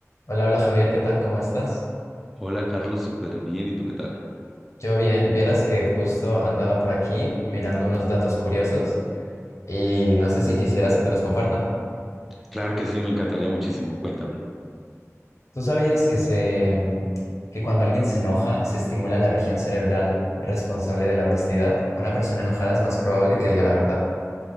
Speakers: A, on the left; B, in the centre.
A: Hola, hola Javier, ¿qué tal? ¿Cómo estás?
B: Hola Carlos, súper bien. ¿Y tú qué tal?
A: Yo bien, vieras que justo andaba por aquí mirando unos datos curiosos y no sé si quisieras que te los comparta.
B: Claro que sí, me encantaría muchísimo. Cuéntame.
A: ¿Tú sabías que se mm, que cuando alguien se enoja se estimula la región cerebral responsable de la honestidad? Una persona enojada es más probable que diga la verdad.